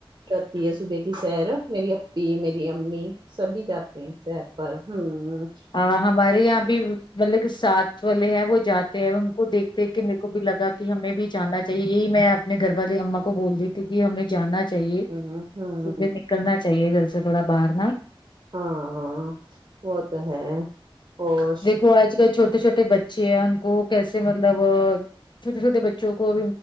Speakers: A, on the right (about 45°); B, on the left (about 55°).
A: کرتی ہے صبح کی سیر میری اپی میری امی سبھی جات تین چار پر ہوں
B: آ ہمارے یہاں بھی مطلب کہ ساتھ والے ہیں وہ جاتے ہیں ان کو دیکھتے کہ میں کو بھی لگا کہ ہمیں بھی جاننا چاہیے میں اپنے گھر والے اما کو بول دی تھی کہ ہمیں جاننا چاہیے
A: ہوں ہوں
B: صبح نکلنا چاہیے گھر سے تھوڑا باہرنا
A: ہاں ہاں وہ تو ہے اور
B: دیکھو آج کل چھوٹے چھوٹے بچھے ہیں ان کو کیسے مطلب چھوٹے چھوٹے بق بچوں کو